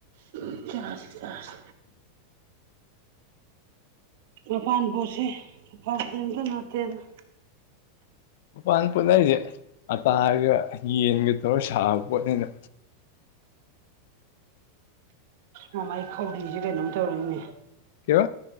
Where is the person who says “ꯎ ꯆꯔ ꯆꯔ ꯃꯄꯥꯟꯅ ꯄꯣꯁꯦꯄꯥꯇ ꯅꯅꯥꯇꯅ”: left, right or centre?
Right